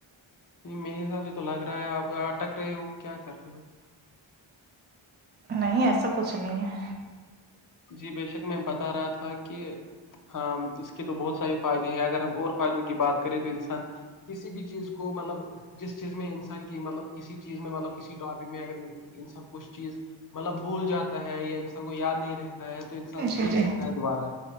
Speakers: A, on the left; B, on the right.
A: نہیں میرے حساب سے تو لگ رہا ہے آپ اٹک رہے ہو کیا کر رہے ہو
B: نہیں ایسا کچھ نہیں ہے
A: جی بے شک میں بتا رہا تھا کہ ہاں اس کے تو بہت سارے فائدے ہیں اگر ہم اور فائدوں کی بات کریں تو انسان کسی بھی چیز کو مطلب جس چیز میں انسان کی مطلب کسی چیز میں مطلب کسی ٹاپک میں اگر انسان کچھ چیز مطلب بھول جاتا ہے یا انسان کو یاد نہیں رہتا ہے تو انسان
B: جی
A: سیکھ
B: جی
A: سکتا ہے دوبارہ